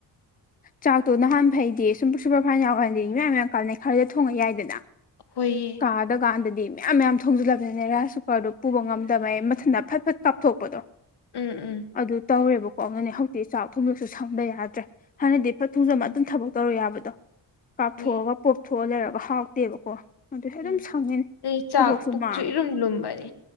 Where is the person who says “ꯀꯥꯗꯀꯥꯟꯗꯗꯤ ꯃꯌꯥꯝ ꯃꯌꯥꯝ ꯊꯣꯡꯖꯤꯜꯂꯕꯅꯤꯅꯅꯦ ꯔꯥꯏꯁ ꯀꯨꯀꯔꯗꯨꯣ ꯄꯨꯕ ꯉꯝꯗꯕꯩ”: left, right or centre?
Left